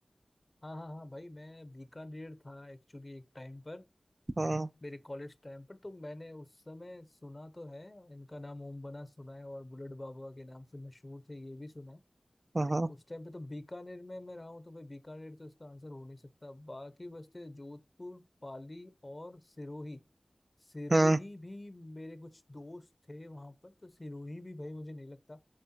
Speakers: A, on the left (about 25°); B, on the right (about 55°).
A: हाँ हाँ हाँ भाई मैं बीकानेर था एक्चुअली एक टाइम पर
B: हम्म
A: मेरे कॉलेज टाइम पर तो मैंने उस समय सुना तो है इनका नाम ओम बना सुना है और बुलेट बाबा के नाम से मशहूर थे ये भी सुना है
B: हम्म
A: उस टाइम पे तो बीकानेर में मैं रहा हूँ तो भाई बीकानेर तो इसका आंसर हो नहीं सकता बाकी बचते जोधपुर पाली और सिरोही सिरोही
B: हम्म
A: भी मेरे कुछ दोस्त थे वहां पर तो सिरोही भी भाई मुझे नहीं लगता